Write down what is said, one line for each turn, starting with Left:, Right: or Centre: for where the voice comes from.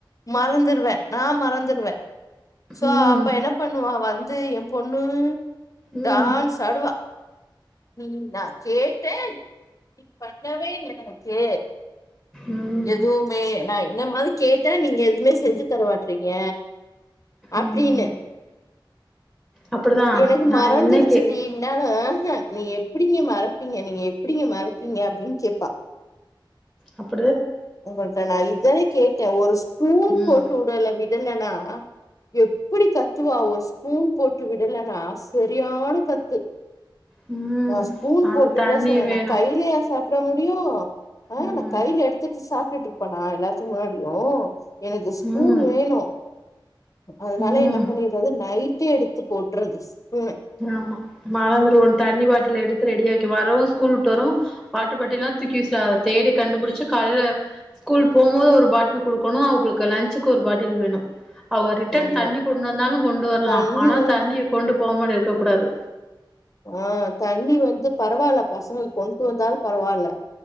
Left: மறந்துருவே நான் மறந்து வ <unintelligible> சோ
Centre: ம்
Left: அப்ப என்ன பண்ணுவா வந்து என் பொண்ணு
Centre: ம்
Left: தான் சடுவா உம் நான் கே <unintelligible> நீ பண்ணவே இல்ல எனக்கு
Centre: ம்
Left: எதுவுமே நான் என்ன மாரி கேட்டா நீங்க எதுவுமே செஞ்சு தரமாட்டறீங்க அப்டின்னு
Centre: ம் அப்படிதான்
Left: எனக்கு
Centre: நான்
Left: மறஞ்சிருச்சுடி
Centre: என்ன கேக்
Left: என்னான <unintelligible> நீ எப்டிங்க மறப் ப்பங்க நீங்க அப்டிங்க மறக்கீங்க அப்டின்னு கேப்பா
Centre: அப்
Left: உங்கள்ட்ட நான் இத்தானே கேட்டே ஒரு ஸ்பூன்
Centre: ம்
Left: போட்டுவுடல விட்டு <unintelligible> எப்டி கத்துவா ஒரு ஸ்பூன் போட்டு விடலானாஸ் செரியான கத்து
Centre: ம்
Left: நான் ஸ்பூன்
Centre: அவனுக்கு
Left: போட்டு
Centre: தண்ணி
Left: விட சொன்னேன்
Centre: வேணு
Left: நான் கைலயா சாப்ட ரியா <unintelligible> ஆஹ்
Centre: ம்
Left: நா கைல எடுத் சாப்பிட்டுட்ருப்பனா எல்லாத்துக்கும் முன்னாடியும் எனக்கு ஸ்பூன்
Centre: ம்
Left: வேணும் அதனால
Centre: ம்
Left: என்ன பண்ணிட்றது நைட் ட்டே எடுத்து போட்றது ஸ்பூன
Centre: ஆமா மறந்திருவோம் தண்ணி பாட்டில் எடுத்து ரெடியாக்கி வரவும் ஸ்கூல் விட்டு வரவும் வாட்டர் பாட்டில்லாம் தூக்கி வீசிர்வா அதை தேடி கண்டுபிடிச்சு காலையில ஸ்கூல் போம்போது ஒரு பாட்டில் குடுக்கணும் அவுகளுக்கு லஞ்சுக்கு ஒரு பாட்டில் வேணும் அவ ரிட்டன்
Left: ஆமா
Centre: தண்ணி கொண்டு வந்தாலும் கொண்டு வரலாம்
Left: தண்ணி
Centre: ஆனா தண்ணிய கொண்டு போக முடிய க்க கூடாது
Left: ஆஹ் தண்ணி வந்து பரவால பசங்க கொண்ட்டு வந்தாலும் பரவால